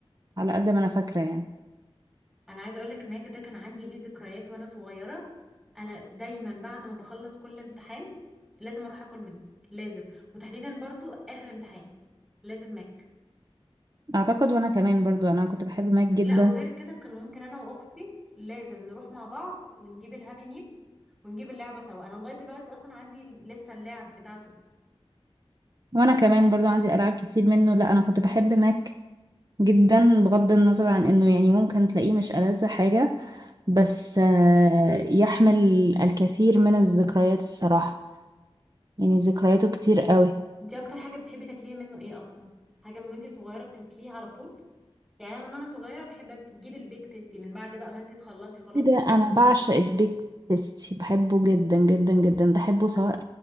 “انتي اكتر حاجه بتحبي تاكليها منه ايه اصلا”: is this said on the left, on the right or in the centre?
Centre